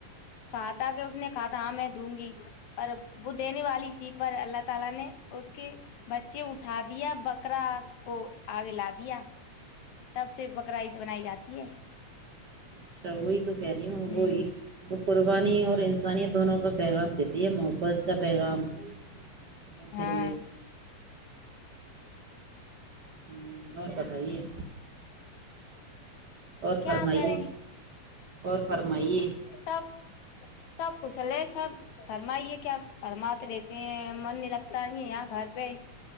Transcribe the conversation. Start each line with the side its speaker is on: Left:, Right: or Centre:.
Left: ساتھ تاکہ اس نے کہا تھا ہاں میں دوں گی پر ب دینے والی تھی پر اللہ تعالی نے اس کے بچے اٹھا دیا بکرا کو آگے لا دیا تب سے بکرا عید بنائی جاتی ہے
Right: اچھا وہی تو کہہ رہی ہوں
Left: ہ
Right: وہی قربانی اور انی دونوں کا پیغام دیتی ہے مو کا پیغام لوگوں
Left: ہاں
Right: کے لیے ہوں اور بتائیے اور فرمائیے
Left: کیا کریں
Right: اور فرمائیے
Left: سب سب کسلے سب فرمائیے کیا فرماتے رہتے ہیں من نہیں لگتا یہاں گھر پہ